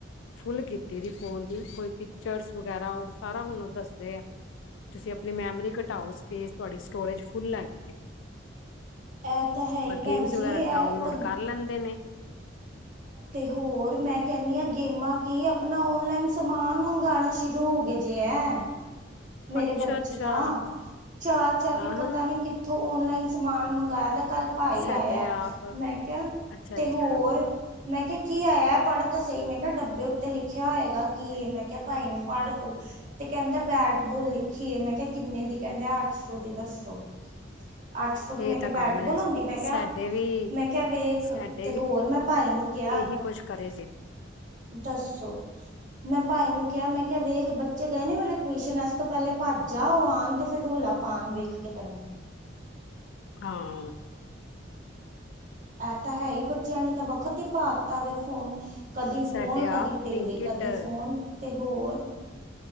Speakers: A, on the left; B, on the right.
A: ਫੁੱਲ ਕੀਤੀ ਸੀ ਫੋਨ ਦੀ, ਕੋਈ ਪਿਕਚਰਸ ਵਗੈਰਾ ਉਹ ਸਾਰਾ ਹੁਣੂੰ ਦੱਸਦੇ ਆ। ਅਤੇ ਤੁਸੀਂ ਆਪਣੀ ਮੈਮਰੀ ਘਟਾਓ, ਸਪੇਸ ਤੁਹਾਡੀ ਸਟੋਰੇਜ ਫੁੱਲ ਹੈ ਗਈ ਹੈ।
B: ਇਹ ਤਾਂ ਹੈ ਹੀ ਭੈਣ
A: ਗੇਮਸ ਵਗੈਰਾ
B: ਜੀ, ਇਹ
A: ਡਾਊਨਲੋਡ
B: ਤਾਂ
A: ਕਰ ਲੈਂਦੇ ਨੇ
B: ਤੇ ਹੋਰ, ਮੈਂ ਕਹਿੰਦੀ ਹਾਂ ਗੇਮਾਂ ਕੀ ਆਪਣਾ, ਓਨਲਾਈਨ ਸਮਾਨ ਮੰਗਵਾਉਣਾ ਸ਼ੁਰੂ ਹੋ ਗਏ। ਜੇ ਹੈਂ
A: <inaudible>
B: ਮੇਰੇ ਬੱਚੇ
A: ਅੱਛਾ
B: ਦਾ ਚਾਅ- ਚਾ ਕੇ
A: ਹਾਂ
B: ਪਤਾ
A: ਹਾਂ
B: ਨੀ ਕਿ ਉਥੋਂ ਔਨਲਾਈਨ ਸਮਾਨ ਮੰਗਾਇਆ ਤਾਂ ਕੱਲ ਭਾਈ
A: ਸਾਡੇ
B: ਆਇਆ।
A: ਆਪ
B: ਮੈਂ ਕਿਹਾ,
A: ਅੱਛਾ
B: ਤੇ
A: ਅੱਛਾ
B: ਹੋਰ ਮੈਂ ਕਿਹਾ ਕੀ ਆਇਆ, ਪੜ੍ਹ ਤਾ ਸਹੀ, ਮੈਂ ਕਿਹਾ, ਡੱਬੇ ਉੱਤੇ ਲਿਖਿਆ ਹੋਏਗਾ ਕੀ ਇਹ, ਮੈਂ ਕਿਹਾ, ਭਾਈ ਨੂੰ ਪੜ੍ਹ ਤੂੰ। ਤੇ ਕਹਿੰਦਾ ਬੈਟ ਬੋਲ ਲਿਖੀਏ, ਮੈਂ ਕਿਹਾ ਕਿੰਨੇ ਦੀ ਕਹਿੰਦਾ ਅੱਠ ਸੌ ਦੀ ਦੱਸੋ, ਅੱਠ ਸੌ ਦੀ
A: ਇਹ
B: ਮੈਂ
A: ਤਾਂ
B: ਬੈਟਬੋਲ
A: ਕਾਮਨ ਹੈ।
B: ਹੁੰਦੀ, ਮੈਂ ਕਿਹਾ
A: ਸਾਡੇ ਵੀ
B: ਮੈਂ ਕਿਹਾ ਵੇਖ,
A: ਸਾਡੇ
B: ਤੇ
A: ਵੀ
B: ਹੋਰ ਮੈਂ ਭਾਈ ਨੂੰ ਕਿਹਾ
A: ਇਹੀ ਕੁਛ ਕਰੇ ਜੇ
B: ਦੱਸੋ। ਮੈਂ ਭਾਈ ਨੂੰ ਕਿਹਾ ਮੈਂ ਕਿਹਾ ਵੇਖ, ਬੱਚੇ ਗਏ ਨੇ ਮੇਰੇ ਟਿਊਸ਼ਨ, ਇਸ ਤੋਂ ਪਹਿਲੇ ਭੱਜ ਆ ਉਹ ਆਉਣ ਤੇ ਫਿਰ ਰੋਲਾ ਪਾਨ ਵੇਖ ਕੇ ਤੈਨੂੰ।
A: ਹਾਂ।
B: ਇਹ ਤਾਂ ਹੈ ਹੀ, ਬੱਚਿਆਂ ਨੇ ਤਾਂ ਵਖਤ ਹੀ ਪਾ ਦਿੱਤਾ ਵੀ ਫੋਨ ਕਦੀ ਫੋਨ,
A: ਸਾਡੇ ਆਪ
B: ਕਦੀ
A: ਬਲਿੰਕਿਟ
B: ਟੀਵੀ, ਕਦੀ
A: ਕਦੇ
B: ਫੋਨ ਤੇ ਹੋਰ।